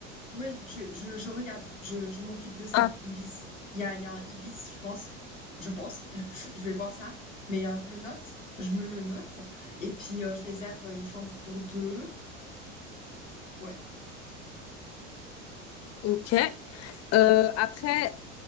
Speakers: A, on the left (about 80°); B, on the left (about 40°).
A: Oui, je, je, je regarde, je, je m'occupe de ça,
B: Ah,
A: Ibis. Il y a, il y a un Ibis, je pense. Je pense. <laughs> Je vais voir ça. Mais euh, je me note, je me le note. Et puis, euh, je réserve une chambre pour deux. Ouais.
B: ok. Euh, après,